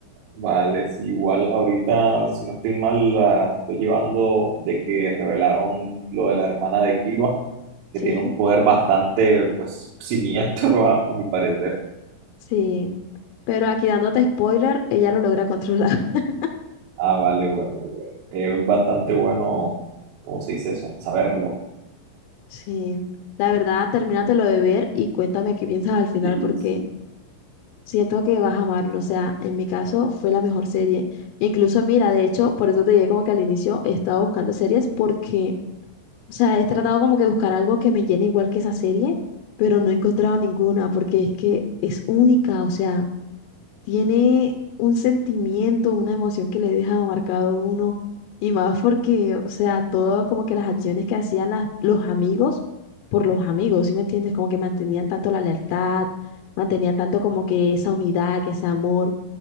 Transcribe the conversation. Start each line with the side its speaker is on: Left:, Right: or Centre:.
Right: vale, si igual ahorita, si no estoy mal, la estoy llevando de que revelaron lo de la hermana de Killua, que
Left: sí,
Right: tiene un poder bastante, pues, siniestro a, a mi parecer.
Left: sí, pero aquí dándote spoiler, ella lo logra controlar, <laughs>
Right: Ah, vale, bueno, güey. Es bastante bueno, ¿cómo se dice eso? Saberlo.
Left: sí, la verdad, termínatelo de ver y cuéntame qué piensas al final
Right: y
Left: porque...
Right: sí.
Left: Siento que vas a amarlo, o sea, en mi caso fue la mejor serie. Incluso, mira, de hecho, por eso te dije como que al inicio he estado buscando series porque, o sea, he tratado como que buscar algo que me llene igual que esa serie, pero no he encontrado ninguna porque es que es única, o sea, tiene un sentimiento, una emoción que le deja marcado a uno, y más porque, o sea, todo como que las acciones que hacían las- los amigos por los amigos, ¿sí me entiendes? Como que mantenían tanto la lealtad, mantenían tanto como que esa unidad, que ese amor,